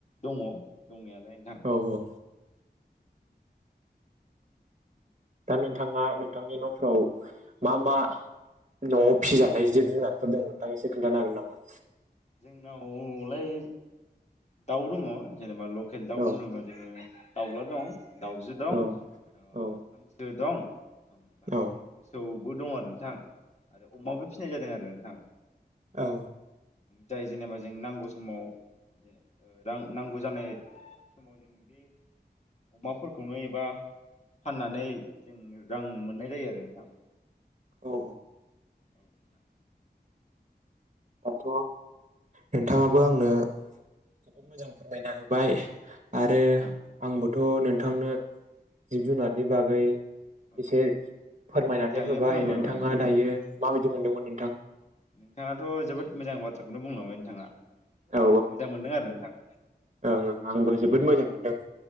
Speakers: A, on the left (about 40°); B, on the right (about 40°).
A: दङ' दंनायाल लाय नोंथां
B: औ औ दा नोंथाङा नोंथांनि न'फोराव मा मा न'आव फिसिजानाय जिब -जुनारफोर दं नोंथां एसे खोन्थानो हागोन नामा?
A: जोंनावलाय दाउ दङ' जेनेबा लकेल दाउ
B: औ
A: होनोबा जोङो दाउला दं दाउजो दं
B: औ
A: हांसो
B: औ
A: दं ओमफ्राय
B: औ
A: मोसौबो दं आरो नोंथां आरो अमाबो फिसिनाय जादों आरो नोंथां
B: औ
A: जाय जेनेबा जों नांगौ समाव रां नांगौ जानाय समाव जों बे अमाफोरखौनो एबा फाननानै जों रां मोननाय जायो आरो नोंथां
B: औ औ
A: औ नोंथां
B: दाथ' नोंथाङाबो आंनो जोबोद मोजां फोरमायना होबाय। आरो
A: औ नोंथां
B: आंबो थ' नोंथांनो जिब -जुनादनि बागै
A: ओं
B: एसे फोरमायनानै
A: मोजाङैनो
B: होबाय
A: फोरोंबायबाय
B: नोंथाङा
A: नोंथां
B: दायो माबायदि मोनदोंमोन नोंथां
A: नोंथाङाथ' जोबोद मोजां बाथ्राखौनो बुंलांबाय नोंथाङा
B: औ
A: ए मोजां मोनदों आरो नोंथां
B: ओं ओं आंबो जोबोद मोजां मोनदों